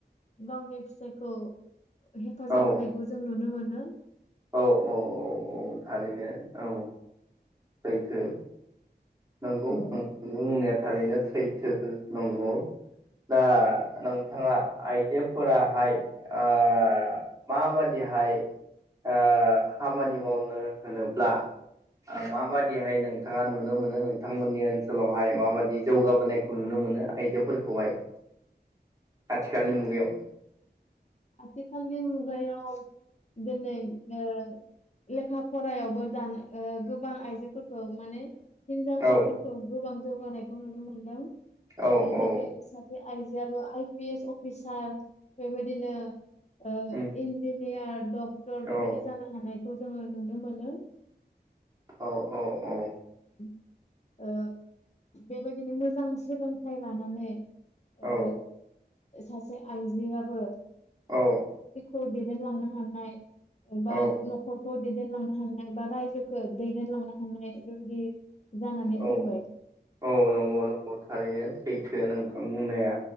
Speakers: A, on the left; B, on the right.
A: गावनि फिथाइखौ हेफाजाब
B: औ
A: होनायखौ जों नुनो मोनो। नो
B: औ औ औ औ थारैनो औ सैथो। नंगौ
A: औ
B: नों बुंनाया थारैनो सैथो नंगौ। दा नोंथाङा आय जोफोराहाय आ, माबादिहाय आ, खामानि मावनो होनोब्ला माबादिहाय नोंथाङा नुनो मोनो नोंथांमोननि ओनसोलावहाय माबादि जौगाबोनायखौ नुनो मोनो। मोनो आइजोफोरखौहाय?
A: <inaudible>
B: आथिखालनि मुगायाव
A: आथिखालनि मुगायाव दिनै ओ लेखा फरायावबो दान ओ, गोबां आइजोफोरखौ माने हिनजावसाफोरखौ
B: औ
A: गोबां जौगानायखौ नुनो मोनदों
B: औ औ
A: दिनै सासे आइजो आइ फि एस अफिसार बेबायदिनो ओ इनदि
B: उम
A: इन्जिनियार डक्टर बेबायदि
B: औ
A: जानो हानायखौ जोङो नुनो मोनो।
B: औ औ औ।
A: ओ, बेबायदिनो मोजां सोलोंथाइ लानानै
B: औ
A: ओ, सासे आइजोआबो
B: औ
A: ओ दैदेनलांनो हानाय बा
B: औ
A: न'खर खौ दैदेनलांनो हानाय बा रायजोखौ दैदेनलांनो हानाय बेबायदि जानानै
B: औ
A: फैबाय
B: औ नंगौ नंगौ थारैनो सैथो नोंथां बुंनाया।